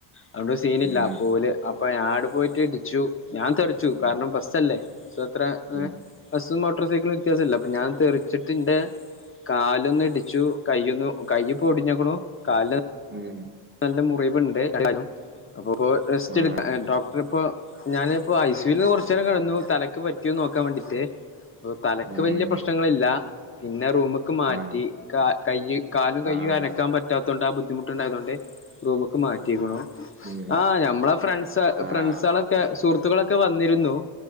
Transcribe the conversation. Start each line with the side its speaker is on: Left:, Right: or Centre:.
Left: അതുണ്ട് സീനില്ല
Right: ഉം
Left: പോല് അപ്പൊ ഞാട് പോയിട്ട് ഇടിച്ചു ഞാൻ തെറിച്ചു
Right: ഉം
Left: കാരണം ബസ്സല്ലേ സ്സ് ത്ര ഏഹ്
Right: ഉം
Left: ബസ്സും മോട്ടർ സൈക്കിളും വ്യത്യാസവില്ല അപ്പോ ഞാൻ തെറിച്ചിട്ട് എൻ്റെ കാലൊന്നു ഇടിച്ചു കയ്യൊന്ന് കൈയ്യിപോ ഒടിഞ്ഞെക്കണു കാല
Right: ഉം
Left: നല്ല മുറിവുണ്ട് <inaudible> അപ്പൊ റെസ്റ്റെടുക്ക
Right: ആഹ്
Left: ഡോക്ടറിപ്പോ ഞാന് ഇപ്പൊ ഐ സു ല് ന്ന് കുറച്ചു നേരം കിടന്നു തലക്ക് പറ്റിയോന്ന് നോക്കാൻ വേണ്ടീട്ട് തലക്ക്
Right: ഉം
Left: വലിയ പ്രശ്നങ്ങളില്ല പിന്നെ റൂമ്ക്ക് മാറ്റി
Right: ആഹ്
Left: കാ കയ്യ് കാൽ കയ്യും
Right: ആഹ്
Left: അനക്കാൻ പറ്റാത്തോണ്ട് ആ ബുദ്ധിമുട്ടുണ്ടായതുകൊണ്ട് റൂമ്ക്ക്‌ മാറ്റിക്ക്ണു.
Right: ഉം
Left: ആഹ് ഞമ്മളെ ഫ്രണ്ട്സ്
Right: ആഹ്
Left: ഫ്രണ്ട്സളൊക്കെ സുഹൃത്തുക്കളൊക്കെ വന്നിരുന്നു.